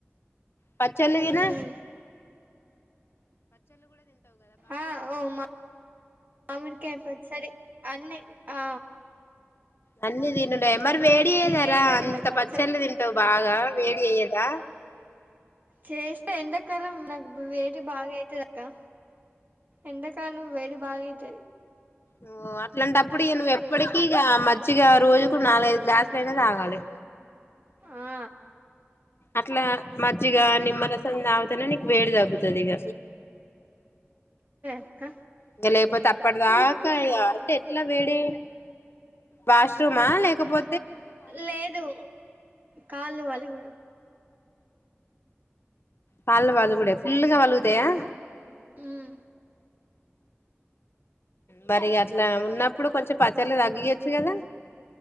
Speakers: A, on the left; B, on the right.
A: పచ్చళ్ళు తిను
B: ఉమ్ ఆ ఓ మా మామిడికాయ పచ్చడి అన్ని ఆ
A: అన్ని తినుడే మరి వేడి చేయదారా
B: నీకేసి పెట్టింది
A: అంత
B: అక్క పచ్చడి
A: పచ్చల్లు తింటవ్ బాగా గా వేడి చెయ్యదా
B: చేస్త ఎండాకాలం నాకు వేడి బాగా అయిత క ఎండాకాలం వేడి బాగా అయితది
A: ఓ అట్లాంటప్పుడు ఇగ నువ్వు ఎప్పటికిీ ఇగ మజ్జిగా రోజుకు నాలుగైదు గ్లాసుల అయినా తాగాలే
B: ఆ
A: అట్లా మజ్జిగ నిమ్మ రసం తాగుతానే నీకు వేడి తగ్గుతది ఇగ
B: క
A: ఇంకా లేకపోతే అప్పటిదాకా ఇగ అంటే ఎట్లా వేడి వాష్రూమా లేకపో
B: లేదు కళ్ళు పలుగుడు
A: కాళ్ళు పలుగుడే ఫుల్గా వలుగుతయా <inaudible>
B: ఉమ్
A: మరి అట్లా ఉన్నప్పుడు కొంచెం పచ్చర్లు తగియోచ్చు గదా